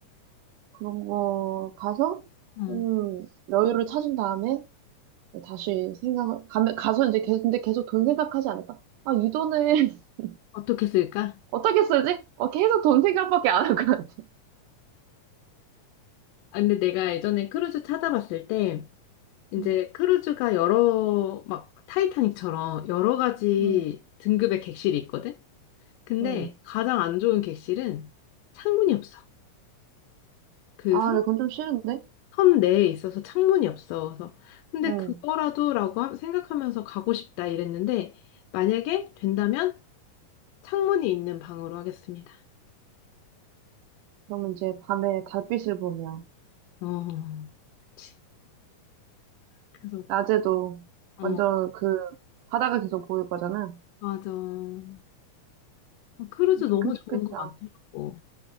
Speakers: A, on the right (about 80°); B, on the left (about 85°).
A: 그런 거 가서
B: 응.
A: 음, 여유를 찾은 다음에 다시 생각을 가 가서 이제 계속 근데 계속 돈 생각하지 않을까? 아, 이 돈을 <laughs>
B: 어떻게 쓸까?
A: 어떻게 쓰지? 어, 계속 돈 생각밖에 안 할 것 같아.
B: 아, 근데 내가 예전에 크루즈 찾아봤을 때, 이제
A: 음,
B: 크루즈가 여러, 막, 타이타닉처럼 여러 가지
A: 음,
B: 등급의 객실이 있거든? 근데
A: 음.
B: 가장 안 좋은 객실은 창문이 없어. 그
A: 아,
B: 섬,
A: 근데 그건 좀 싫은데?
B: 섬 내에 있어서 창문이 없어. 그래서, 근데
A: 음.
B: 그거라도라고 하- 생각하면서 가고 싶다 이랬는데, 만약에 된다면 창문이 있는 방으로 하겠습니다.
A: 그러면 이제 밤에 달빛을 보며
B: 어, 치, 그래서,
A: 낮에도
B: 어,
A: 완전 그 바다가 계속 보일 거잖아.
B: 맞아. 어, 크루즈 너무
A: 좋긴 좋겠다.
B: 좋은 거 많더라고.